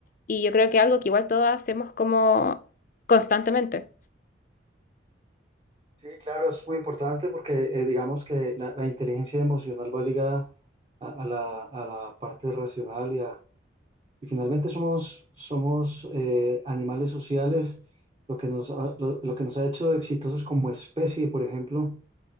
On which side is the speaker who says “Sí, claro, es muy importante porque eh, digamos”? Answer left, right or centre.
Right